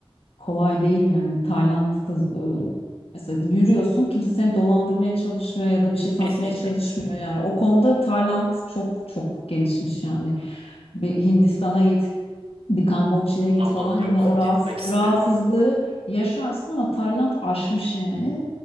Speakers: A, on the left; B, on the right.
A: kolay değil yani. Tayland'da e, mesela yürüyorsun kimse seni dolandırmaya çalışmıyor ya da bir şey satmaya
B: <laughs>
A: çalışmıyor yani. O konuda Tayland çok çok gelişmiş yani. Bir Hindistan'a git bir Kamboçya'ya git
B: Aman
A: falan
B: yok
A: yine o rahat,
B: gitmek istemiyorum.
A: rahatsızlığı yaşarsın ama Tayland aşmış yani.